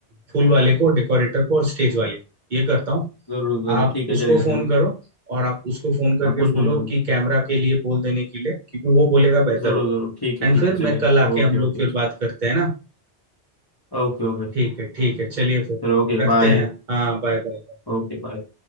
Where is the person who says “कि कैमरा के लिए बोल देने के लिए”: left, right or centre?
Right